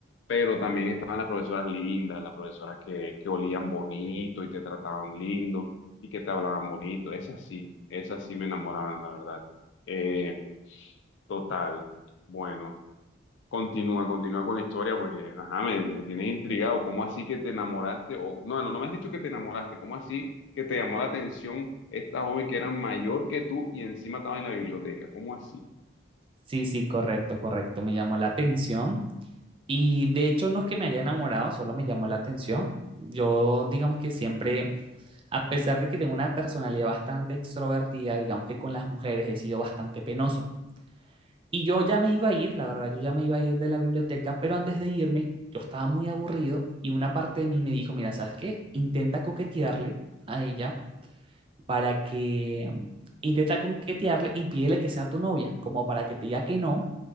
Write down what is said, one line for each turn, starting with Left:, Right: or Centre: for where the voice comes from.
Left: pero también estaban las profesoras lindas, las profesoras que, que olían bonito y te trataban lindo y que te hablaban bonito. Esas sí, esas sí me enamoraban, la verdad. Eh, total. Bueno, continúa, continúa con la historia porque, ajá, me, me tienes intrigado. ¿Cómo así que te enamoraste? O, no, no, no me has dicho que te enamoraste. ¿Cómo así que te llamó la atención esta joven que era mayor que tú y encima estaba en la biblioteca? ¿Cómo así?
Right: Sí, sí, correcto, correcto. Me llamó la atención. Y de hecho no es que me haya enamorado, solo me llamó la atención. Yo digamos que siempre, a pesar de que tengo una personalidad bastante extrovertida, digamos que con las mujeres he sido bastante penoso. Y yo ya me iba a ir, la verdad, yo ya me iba a ir de la biblioteca, pero antes de irme yo estaba muy aburrido y una parte de mí me dijo, mira, ¿sabes qué? Intenta coquetearle a ella para que, intenta coquetearle y pídele que sea tu novia, como para que te diga que no,